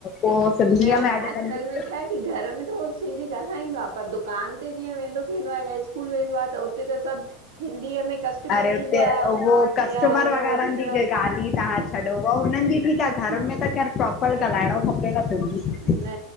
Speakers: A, on the left; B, on the right.
A: पोइ सिंधीअ
B: न
A: में ऐड
B: असल
A: कंदो।
B: में छा आहे की घर में त हू सिंधी ॻाल्हाईंदो आहे पर दु दुकान ते जीअं वेंदो केंदो आहे या स्कूल वेंदो आ त उते त सभु हिंदीअ में कस्टमर
A: अरे हुते
B: ईंदा
A: उहो कस्टमर
B: या न हो
A: वग़ैरह
B: थी विया
A: जी ॻाल्ह ही तव्हां छदो। हुननि जी त घर
B: हं,
A: में त खेरु प्रोपर ॻालाइणो खपे न सिंधी।
B: न